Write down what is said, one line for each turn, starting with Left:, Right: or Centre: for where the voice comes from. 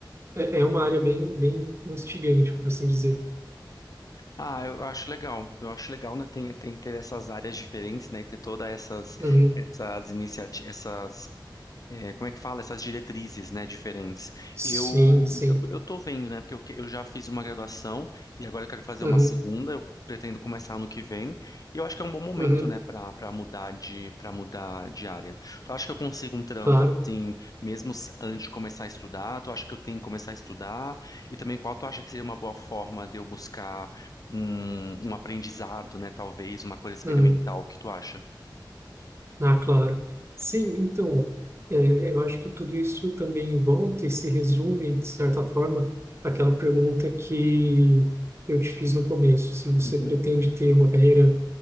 Right: é, é é uma área bem, bem instigante, por assim dizer.
Left: Ah, eu acho legal. Eu acho legal, né? Tem, tem ter essas áreas diferentes, né? E ter todas essas
Right: Uhum.
Left: essas iniciativas, essas é, como é que fala essas diretrizes, né, diferentes.
Right: Sim,
Left: Eu,
Right: sim.
Left: eu, tô- eu tô vendo, né, porque eu, que- eu já fiz uma graduação e agora eu quero fazer
Right: Uhum.
Left: uma segunda, eu pretendo começar ano que vem. E eu acho que é um bom momento,
Right: Uhum.
Left: né, para para mudar de para mudar de área. Tu acha que eu consigo um trampo
Right: Claro.
Left: assim, mesmo s- antes de começar a estudar? Tu acha que eu tenho que começar a estudar? E também qual tu acha que seria uma boa forma de eu buscar um, um aprendizado, né, talvez uma coisa experimental?
Right: Uhum.
Left: O que tu acha?
Right: Ah, claro. Sim, então, é, eu acho que tudo isso também volta e se resume, de certa forma, àquela pergunta que eu te fiz no começo. Se você
Left: Uhum,
Right: pretende ter uma carreira